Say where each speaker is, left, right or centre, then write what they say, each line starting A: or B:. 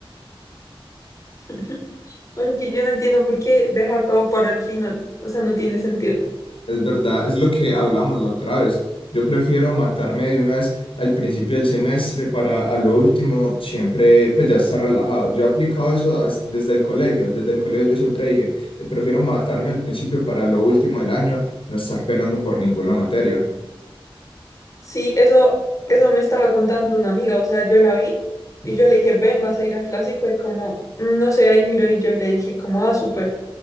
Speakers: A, on the left (about 35°); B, on the left (about 65°).
A: <laughs> Bueno, es que yo no entiendo por qué dejar todo para el final. O sea, no tiene sentido.
B: Es verdad, es lo que hablábamos la otra vez. Yo prefiero matarme de una vez al principio del semestre para a lo último siempre pues ya estar relajado. Yo he aplicado eso as- desde el colegio. Desde el colegio yo siempre dije, eh, prefiero matarme al principio para lo último del año, no estar penando por ninguna materia.
A: Sí, eso, eso me estaba contando una amiga. O sea, yo la vi y yo le dije, ven, vas a ir a clase. Y fue como, "Mm, no sé, ahí miro y yo le dije, como, ah, súper.